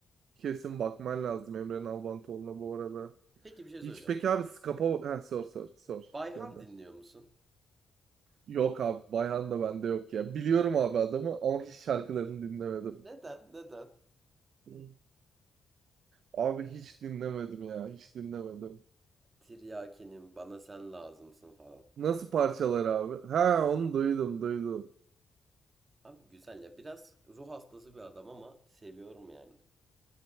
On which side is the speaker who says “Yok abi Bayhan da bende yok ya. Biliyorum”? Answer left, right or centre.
Right